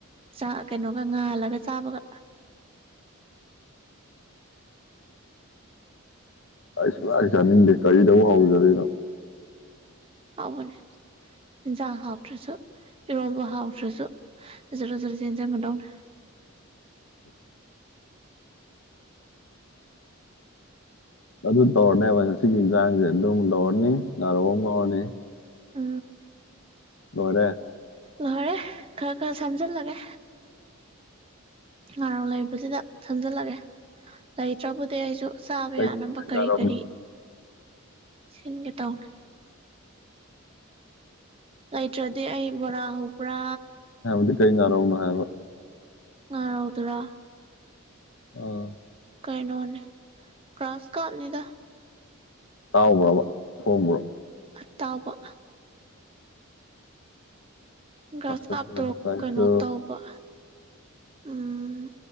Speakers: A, on the right (about 25°); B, on the left (about 65°).
A: ꯆꯥꯛ ꯀꯩꯅꯣꯒ ꯉꯥꯜꯂꯒ ꯆꯥꯕꯒ
B: ꯑꯩ ꯁꯨꯡꯃ ꯆꯥꯅꯤꯡꯗꯦ ꯀꯔꯤꯗꯧꯕ ꯍꯧꯖꯗꯣꯏꯅꯣ
A: ꯍꯥꯎꯒꯅꯤ ꯆꯤꯟꯖꯥꯛ ꯍꯥꯎꯇ꯭ꯔꯁꯨ ꯏꯔꯣꯝꯕ ꯍꯥꯎꯇ꯭ꯔꯁꯨ ꯖꯔ ꯖꯔ ꯆꯦꯟꯖꯪꯒꯗꯧꯅꯦ
B: ꯑ ꯑꯗꯨ ꯇꯧꯔꯅꯦꯕ ꯁꯤꯒꯤ ꯏꯟꯁꯥꯡꯁꯦ ꯑꯗꯨꯝ ꯂꯧꯔꯅꯤ ꯅꯥꯔꯣꯛ ꯑꯃ ꯉꯧꯔꯅꯤ
A: ꯑ
B: ꯍꯔꯦ
A: ꯂꯣꯏꯔꯦ ꯈꯔ ꯈꯔ ꯁꯝꯖꯤꯜꯂꯒꯦ ꯂꯥꯔ ꯂꯩ ꯑꯗꯨꯗ ꯊꯝꯖꯤꯜꯂꯛꯒꯦ ꯂꯩꯇ꯭ꯔꯕꯨꯗꯤ ꯑꯩꯁꯨ ꯆꯥꯕ
B: ꯀꯩ
A: ꯌꯥꯅꯕ ꯀꯔꯤ
B: ꯉꯥꯔꯧꯅꯣ
A: ꯀꯔꯤ ꯁꯤꯟꯒ ꯇꯅꯦ ꯂꯩꯇ꯭ꯔꯗꯤ ꯑꯩ ꯕꯣꯔꯥ ꯍꯧꯕ꯭ꯔꯥ
B: ꯗꯤ ꯀꯩ ꯉꯔꯧꯅ ꯍꯥꯏꯕ
A: ꯑꯥꯎ ꯇ꯭ꯔꯥ
B: ꯑꯣ
A: ꯀꯅꯣꯅꯦ ꯀ꯭ꯔꯥꯁ ꯀꯥꯞꯅꯤꯗ
B: ꯇꯥꯎꯕ꯭ꯔꯕ ꯍꯣꯡꯕ꯭ꯔꯣ
A: ꯑ ꯇꯕ ꯒ꯭ꯔꯥꯁ
B: ꯀꯞ
A: ꯀꯥꯞꯇꯣ
B: ꯌꯥꯝ ꯆꯥꯏꯀꯣ
A: ꯀꯩꯅꯣ ꯇꯧꯕ ꯎꯝ